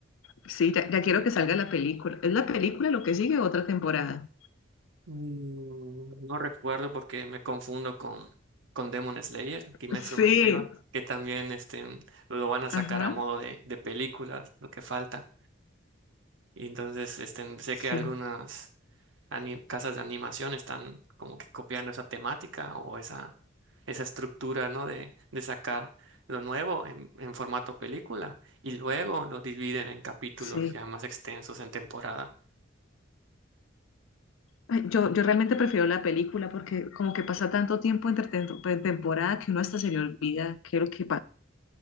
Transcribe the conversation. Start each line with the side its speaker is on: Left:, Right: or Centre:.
Left: Sí, ya, ya quiero que salga la película. ¿Es la película lo que sigue o otra temporada?
Right: Mm, No recuerdo porque me confundo con, con Demon Slayer, Kimetsu
Left: Sí,
Right: no Yaiba, que también este, lo van a
Left: ajá,
Right: sacar a modo de, de películas, lo que falta. Y entonces este, sé
Left: sí,
Right: que algunas. ani- casas de animación están como que copiando esa temática o esa, esa estructura, ¿no? De, de sacar lo nuevo en, en formato película y luego lo dividen en capítulos
Left: sí.
Right: ya más extensos en temporada.
Left: Ay, Yo, yo realmente prefiero la película porque como que pasa tanto tiempo entre tem- entre temporada que uno hasta se le olvida qué es lo que